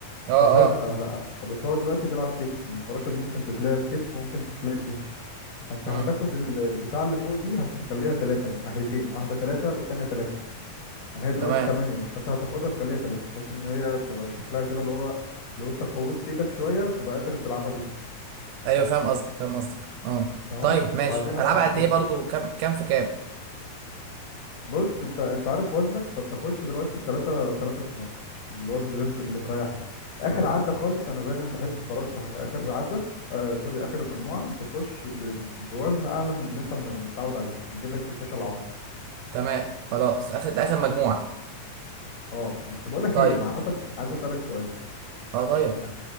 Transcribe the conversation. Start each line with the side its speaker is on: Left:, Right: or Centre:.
Right: اه
Left: هتاخ...
Right: اه
Left: آه، آه، بس هو دلوقتي بيلعب كتف الفراشه دي ممكن تتلعب كتف وممكن تتلعب بنج فانت
Right: امم
Left: هتاخد ال- البتاع اللي فوق دي هتخليها ثلاثه الناحيتين واحده ثلاثه والتانيه ثلاثه يعني هي دلوقتي
Right: تمام
Left: ثمانيه فانت هتاخدها تخليها ثلاثه بحيث ان هي تبقى شكلها كده اللي هو لو انت قوست ايدك شويه تبقى قادر تلعبها بنج
Right: ايوه فاهم قصدك فاهم قصدك اه
Left: تمام
Right: طيب ماشي
Left: بعدين
Right: هلعبها
Left: هت-
Right: قد
Left: هتخش
Right: ايه برضو كام كام في كام
Left: بص انت انت عارف وزنك فانت خش دلوقتي التلاتة تلاتة في اتناشر بالوزن اللي انت اللي مريحك اخر عدة خالص انا دايما بحب برشح ان اخر عدة آه سوري اخر مجموعة تخش ب... بوزن اعلى من اللي انت م- متعود عليه عشان يجيب لك الفشل العضلي
Right: تمام خلاص اخد ده اخر مجموعه
Left: اه بس بقول لك
Right: طيب
Left: ايه انا عامة عايز اسالك سؤال
Right: اه طيب
Left: يعني